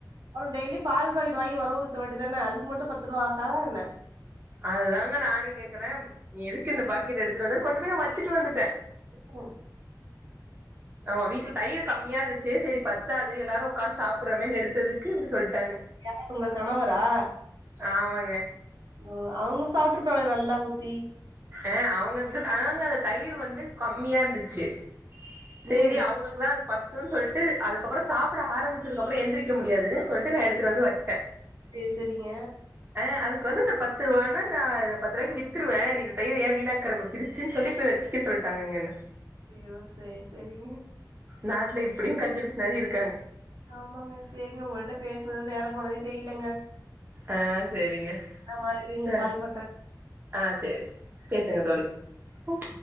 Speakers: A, on the right; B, on the right.
A: அப்பறோ டெய்லியு பால் பாக்கெட் வாங்கி ஒரஊத்த வேண்டி தான அதுக்கு மட்டு பத்து ரூவா ஆகாதா என்ன
B: அதுதாங்க நானு கேக்குறே நீ எதுக்கு இந்த பாக்கெட் எடுத்துட்டு வந்தன்னு கொண்டு போய் நா வச்சுட்டு வந்துட்டே
A: ஓ
B: நம்ம வீட்ல தயிர் கம்மியா இருந்துச்சு சேரி பத்தாது எல்லாருமக்ஷ உக்காந்து சாப்டுறமேன்னு எடுத்ததுக்கு இப்டி சொல்ட்டாங்க
A: யாரு உங்க கணவரா
B: ஆமாங்க
A: ஓ அவுங்க சாப்ட்டுருப்பாங்ளே நல்லா ஊத்தி
B: அ அவுங்க இது அவுங்க அந்த தயிர் வந்து கம்மியா இந்துச்சு சேரி
A: ம்
B: அவுங்களுக்குதா அது ப த்துன் சொல்ட்டு அதுக்கப்றோ சாப்பிட ஆரம்பிச்சதுக்கப்றோ எந்திரிக்க முடியாதுன்னு சொல்ட்டு நா எந்திரிச்சு வந்து வச்ச
A: சேரி சேரிங்க
B: ஆ அதுக்கு வந்து இந்த பத்து ரூவானா நா பத்து ரூபாய்க்கு வித்துருவேன் நீங்க ஏன் தயிரவீணாக்கற பிரிச்சுன் சொல்லி போய் வெச்சுட்ட சொல்லிட்டாங்க என்ன
A: அய்யோ சேரி சேரிங்க
B: நாட்ல இப்டியு கஞ்ச பிசினாரி இருக்காங்க
A: ஆமாங்க சேரிங்க உங்கள்கிட்ட பேசனது நேரோ போனதே தெரிலங்க
B: அ சேரிங்க
A: நா மறுபடியு உங்களுக்கு
B: ஆ
A: கால் பண்றேங்க
B: ஆ சேரி பேசுங்க
A: பாய்ங்க
B: தோழி ஓ